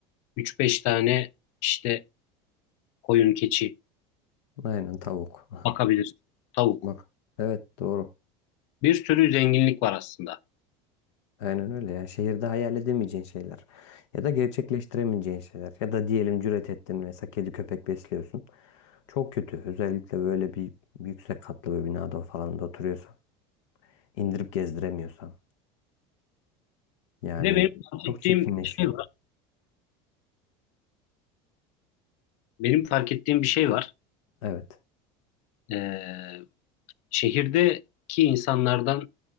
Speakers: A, on the left; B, on the left.
A: üç beş tane işte koyun, keçi
B: aynen tavuk.
A: bakabilirsin. Tavuk.
B: <laughs> Bak, evet doğru.
A: Bir sürü zenginlik var aslında.
B: Aynen öyle yani şehirde hayal edemeyeceğin şeyler ya da gerçekleştiremeyeceğin şeyler ya da diyelim cüret ettin mesela kedi köpek besliyorsun. Çok kötü özellikle böyle bir yüksek katlı bir binada falan da oturuyorsan indirip gezdiremiyorsan yani
A: Bir de benim fark
B: çok
A: ettiğim
B: çirkinleşiyor.
A: şey var. Benim fark ettiğim bir şey var.
B: Evet
A: Ee, şehirdeki insanlardan